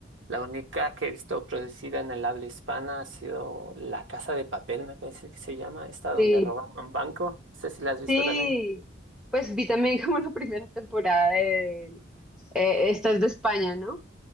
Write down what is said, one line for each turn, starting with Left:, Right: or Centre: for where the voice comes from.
Right: la única que he visto producida en el habla hispana ha sido La Casa de Papel, me parece que se llama, esta donde
Centre: Sí,
Right: roban un banco. No sé si la has visto
Centre: sí,
Right: también.
Centre: pues vi también <laughs> como la primera temporada de, eh, esta es de España, ¿no?